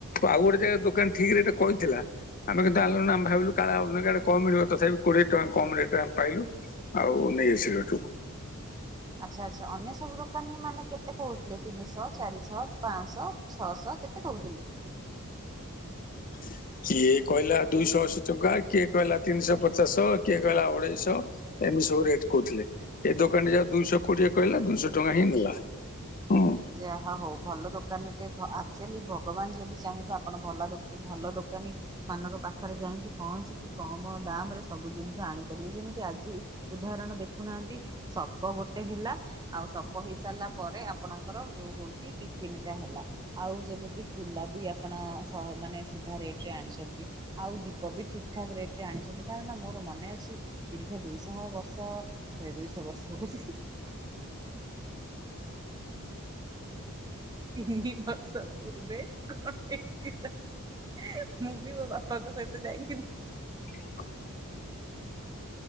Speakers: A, on the left; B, on the right.
A: ଆଉ ଗୋଟେ ଯାଗାରେ ଦୋକାନୀ ଠିକ୍ ରେଟେ କହିଥିଲା ଆମେ କିନ୍ତୁ ଆଣିଲୁନି ଆମେ ଭାବିଲୁ କାଳେ ଅନ୍ୟ ଜାଗା କମ ମିଳିବ ତଥାପି କୋଡିଏ ଟଙ୍କା କମ ରେଟ ଆମେ ପାଇଲୁ। ଆଉ ନେଇ ଆସିଲୁ ହେଠୁ।
B: ଆଚ୍ଛା ଆଚ୍ଛା ଅନ୍ୟ ସବୁ ଦୋକାନୀ ମାନେ କେତେ କହୁଥିଲେ ତିନିଶହ ଚାରିଶହ ପାଞ୍ଚଶହ ଛଅଶହ? କେତେ କହୁଥିଲେ?
A: <unintelligible> କିଏ କହିଲା ଦୁଇଶହ ଅଶୀ ଟଙ୍କା କିଏ କହିଲା ତିନିଶହ ପଚାଶ କିଏ କହିଲା ଅଢେଇଶହ ଏମିତି ସବୁ ରେଟ୍ କହୁଥିଲେ ଏ ଦୋକାନିଜାକ ଦୁଇଶହ କୋଡିଏ କହିଲା ଦୁଇଶହ ଟଙ୍କା ହିଁ ନେଲା। ହଁ‌।
B: ଯା ହଉ ଭଲ ଦୋକାନୀଟେ ଆକ୍ଚୁଆଲି ଭଗବାନ ଯଦି ଚାହିଁବେ ଆପଣ ଭଲ ଦୋ ଭଲ ଦୋକାନୀ ମାନଙ୍କ ପାଖରେ ଯାଇକି ପହଞ୍ଚିକି କମ ଦାମ ରେ ସବୁ ଜିନିଷ ଆଣିପାରିବେ ଯେମିତି ଆଜି ଉଦାହରଣ ଦେଖୁନାହାନ୍ତି ସପ ଗୋଟେ ହେଲା ଆଉ ସପ ହେଇ ସାରିଲା ପରେ ଆପଣ ଙ୍କ ର ଯୋଉ ହଉଚି ଟିଫିନ୍ ଟା ହେଲା ଆଉ ଯେମିତି କୁଲା ବି ଆ ପଣ ମାନେ ସିଧା ରେଟ୍ ରେ ଆଣିଛନ୍ତି ଆଉ ଦି ତ ବି ଠିକ୍ ଠାକ୍ ରେଟ ରେ ଆଣିଛନ୍ତି କାହିଁକ ନା ମୋର ମନେ ଅଛି ଦୀର୍ଘ ଦୁଇଶହ ବର୍ଷ ସେ ଦୁଇଶହ ବର୍ଷ। <inaudible> <unintelligible> ପୂର୍ବେ କଣ <inaudible> ମୁଁ ବି ମୋ ବାପାଙ୍କ ସହିତ ଯାଇକି
A: <unintelligible>